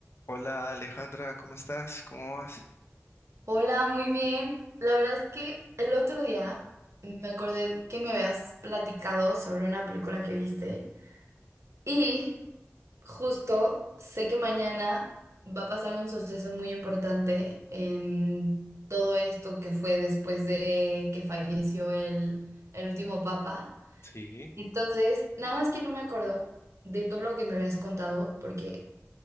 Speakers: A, on the left (about 60°); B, on the right (about 75°).
A: Hola Alejandra, ¿cómo estás? ¿Cómo vas?
B: Hola, muy bien. La verdad es que el otro día me acordé que me habías platicado sobre una película que viste y justo sé que mañana va a pasar un suceso muy importante en todo esto que fue después de que falleció el, el último papa.
A: Sí,
B: Entonces, nada más que no me acuerdo de todo lo que me habías contado porque